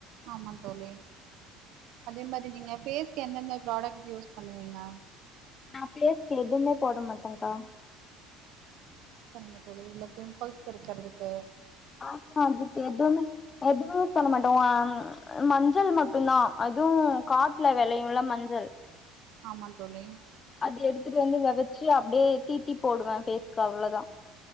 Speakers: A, on the right; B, on the left.
A: ஆமா தோழி அதே மாரி நீங்க ஃபேஸ்கு எந்தெந்த ப்ராடெக்ட் யூஸ் பண்ணுவீங்க
B: நான் ஃபேஸ்கு எதுவுமே போட மாட்டேகா
A: சரிங்க தோழி இல்ல பிம்பள்ஸ் இருக்கிறதுக்கு
B: ஆஹா எதுமே எதுமே யூஸ் பண்ண மாட்டோம் மேம் மஞ்சள் மட்டும் தான் அதுவும் காட்டுல விளையும்ல மஞ்சள்
A: ஆமா தோழி
B: அது எடுத்துட்டு வந்து விதச்சி அப்படியே தீட்டி போடுவேன் ஃபேஸ்கு அவ்ளோதா